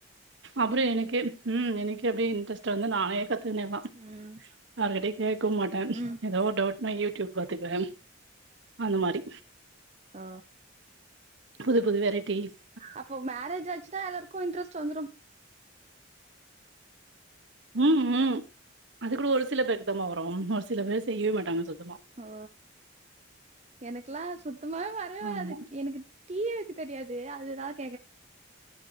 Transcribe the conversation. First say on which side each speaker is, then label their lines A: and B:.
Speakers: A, on the right; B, on the right.
A: அப்புறம் எனக்கே உம் எனக்கே அப்டியே இன்ட்ரெஸ்ட்டு வந்து நானே கத்துக்கினேல்லாம்
B: ம்
A: யார்கிட்டயும் கேக்கவும் மாட்டேன்
B: ம்
A: ஏதோ ஒரு டவுட்னா யூடியூப் பாத்துக்குவேன் அந்த மாரி
B: அ
A: புதுப்புது வெரேட்டிஸ்
B: அப்போ மேரேஜ் ஆச்சினா எல்லாருக்கு இன்ட்ரெஸ்ட்டு வந்துரும்
A: ம் ம் அது கூட ஒரு சில பேருக்கு தாமா வரும் ஒரு சில பேர் செய்யவே மாட்டாங்க சொல்
B: ஒ எனக்குலா சுத்தமாவே வரவே வராது
A: ஆமா
B: எனக்கு டீயே வெக்க தெரியாது அதுதான்